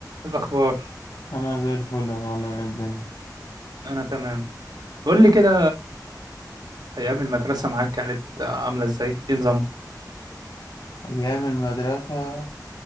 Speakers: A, on the right (about 75°); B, on the left (about 80°).
A: الأخبار
B: انا زي الفل يا معلم إيه الدنيا
A: أنا تمام قول لي كده أيام المدرسة معاك كانت عاملة إزاي؟ إيه نظامها؟
B: ايام المدرسة